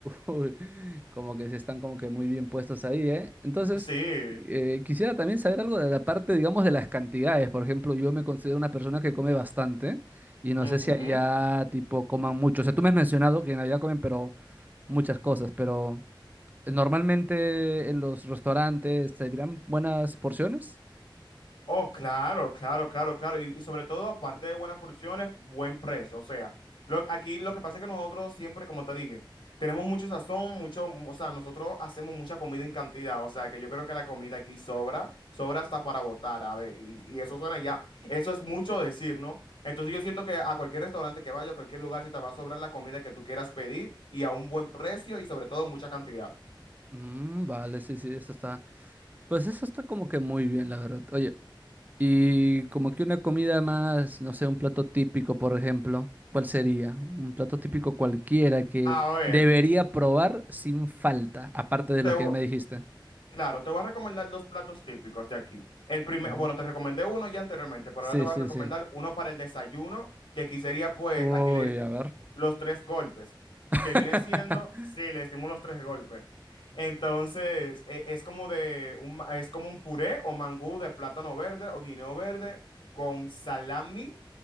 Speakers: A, on the right; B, on the left.
A: uy, <laughs> como que se están como que muy bien puestos ahí, ¿eh? Entonces,
B: Sí.
A: eh, quisiera también saber algo de la parte, digamos, de las cantidades. Por ejemplo, yo me considero una persona que come bastante y no
B: Ujú.
A: sé si allá, tipo, coman mucho. O sea, tú me has mencionado que en Navidad comen, pero muchas cosas, pero eh, normalmente en los restaurantes se servirán buenas porciones.
B: Oh, claro, claro, claro, claro. Y, y sobre todo, aparte de buenas porciones, buen precio. O sea, lo, aquí lo que pasa es que nosotros siempre, como te dije, tenemos mucho sazón, mucho, o sea, nosotros hacemos mucha comida en cantidad. O sea, que yo creo que la comida aquí sobra, sobra hasta para botar, a ver. Y, y eso suena ya, eso es mucho decir, ¿no? Entonces yo siento que a cualquier restaurante que vaya, a cualquier lugar, se te va a sobrar la comida que tú quieras pedir y a un buen precio y sobre todo mucha cantidad.
A: Mm, vale, sí, sí, esto está. Pues eso está como que muy bien, la verdad. Oye. Y como que una comida más, no sé, un plato típico, por ejemplo, ¿cuál sería? Un plato típico cualquiera que
B: A ver,
A: debería probar sin falta, aparte de
B: te,
A: lo que ya me dijiste.
B: Claro, te voy a recomendar dos platos típicos de aquí. El primer,
A: Ujú.
B: bueno, te recomendé uno ya anteriormente, pero
A: Sí,
B: ahora te voy
A: sí,
B: a recomendar
A: sí.
B: uno para el desayuno, que aquí sería pues,
A: Uy,
B: aquí le decimos
A: a ver.
B: los tres golpes,
A: <laughs>
B: que viene siendo, sí, le decimos los tres golpes. Entonces, e- es como de un, ma- es como un puré o mangú de plátano verde o guineo verde con salami